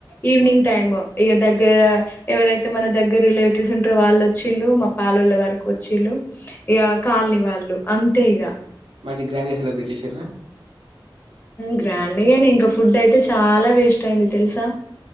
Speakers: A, on the left (about 25°); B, on the right (about 80°).
A: ఈవినింగ్ టైమ్ ఏ ఏద్దగ దగ్గర ఎవరైతే మన దగ్గర రిలేటివ్స్ ఉంటారో వాళ్ళు వచ్చిళ్ళు మా పాలొల వరకు వచ్చేళ్ళు ఇగ కాలని వాళ్ళు అంతేగా
B: మంచిగా గ్రాండ్గా సెలబ్రేట్ చేశార
A: గ్రాండ్గాని ఇంకా ఫుడ్ అయితే చాలా వేస్ట్ అయింది తెలుసా